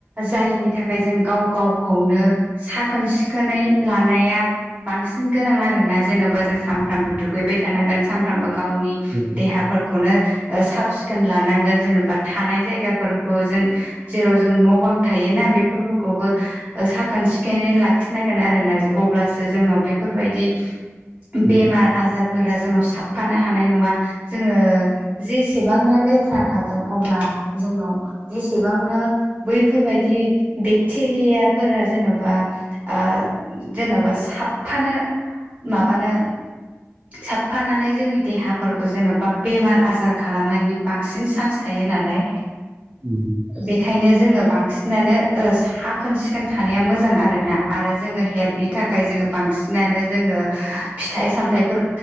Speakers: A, on the right; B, on the right.
A: जायैनि थाखाय जों गाव गावखौनो साखोन सिखोनै लानाया बांसिन गोनां आरोना जेन'बा जों सानफ्रामबो दुगैबाय थानांगोन सानफ्रामबो गावनि
B: उम
A: देहाफोरखौनो साब सिखोन लानांगोन जेनेबा थानाय जायगाफोरखौ जों जेराव जों न' बां थायोना बेफोरखौबो साखोन सिखोनै लाखिनांगोन आरो अब्ला सो जोंनाव बेफोरबायदि
B: उम
A: बेमार आजारफोर फोर जोंनाव साबफानो हानाय नङा जोङो जेसेबांनो लेथ्रा थागोन अब्ला जोंनाव जेसेबांनो बैफोरबायदि बेक्टेरियाफोरा जेन'बा जेन'बा साबफानो माबानो साबफानानै जोंनि देहाफोरखौ जेन'बा बेमार आजार खालामनायनि बांसिन चान्स थायो बे नालाय
B: उम
A: बेखायनो जोङो बांसिनानो ओ साखोन सिखोन थानाया मोजां आरोना आरो जोङो हेल्पनि थाखाय जोङो बांसिनानो जोङो फिथाइ सामथायाइफोर